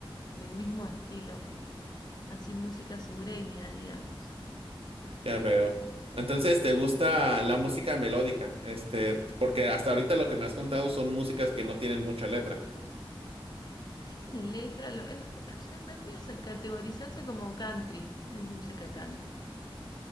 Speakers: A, on the left; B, on the right.
A: del mismo estilo, así música sureña, digamos.
B: Ya veo. Entonces, ¿te gusta la música melódica? Este, porque hasta ahorita lo que me has contado son músicas que no tienen mucha letra.
A: Tiene letra, lo, es- es- se- vendría a categorizarse como country, es música country.